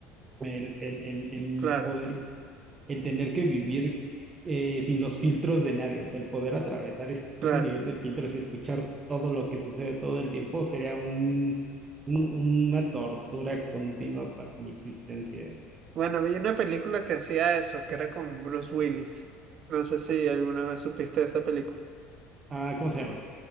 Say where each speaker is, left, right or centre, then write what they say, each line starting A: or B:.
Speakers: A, on the right (about 25°); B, on the right (about 45°).
A: el, el, el
B: claro,
A: poder, el tener que vivir eh, sin los filtros de nadie, o sea, el poder atravesar es-
B: claro.
A: ese nivel de filtros y escuchar todo lo que sucede todo el tiempo sería un, un- una tortura continua para mi existencia.
B: Bueno, vi una película que hacía eso, que era con Bruce Willis. No sé si alguna vez supiste de esa película.
A: Ah, ¿cómo se llama?